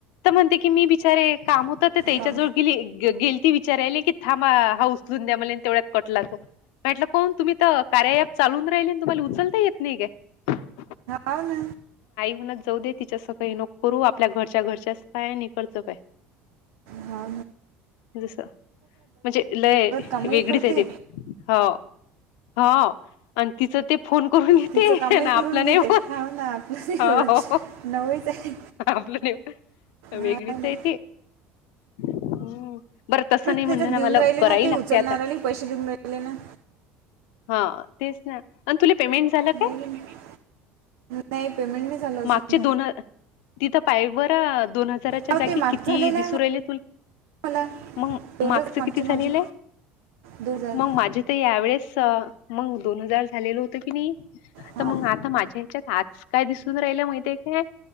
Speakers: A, on the left (about 65°); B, on the right (about 65°).
A: म्हणते की मी बिचारे काम होत ते त्याच्या
B: हा
A: जवळ गे गेली विचाराय की थांबा हासून द्या तेव्यात कटला तो म्हट कोण तुमही कार चालून राहिले तुम्हाला उचलता येत नाही का
B: हव ना
A: म्ह जाऊ दे तिच्या सगळी नोक करू आपल्या घरच्या घरच्याच काय निकडचं काय
B: हा.
A: जस म्हणजे लय
B: कामही
A: वेगळीच
B: करते
A: आहे ते हो. हा. आणि तिचं ते फोन करून घेते
B: तिचं कामही
A: ना
B: करून
A: आपलं
B: घेते
A: नाही ब.
B: हाव ना आपलं नाही बोलत नवईच आहे
A: आपलं न वेगळीच
B: हा ना
A: आहे ते हम्. बरं तसं नाही म्हणण
B: त्याच्यात
A: ना
B: देऊन
A: मला
B: राहिले
A: कराय
B: ना ते
A: लागते
B: उचलणाराले
A: आता.
B: पैसे देऊन राहिले ना
A: हा तेच ना आणि तुला पेमेंट झा
B: नाही
A: का
B: की नाही? नाही पेमेंट नाही झालं अजून
A: माग दोन तिथं पाय बर दोन हजाराच्या
B: हाव
A: जागी
B: ते माग
A: किती
B: झालेलं
A: दिसू
B: आहे
A: राहिल तु.
B: मला
A: मग
B: दोन
A: मागचं
B: हजार मागचे
A: किती
B: माझे
A: झालेलं आहे
B: दोन हजार
A: मग माझे तर यावेळेस मग दोन हजार झालेलं होतं की नाही
B: हां
A: तर मग आता माझ्या ह्याच्यात आज काय दिसून राहिला माहितीय काय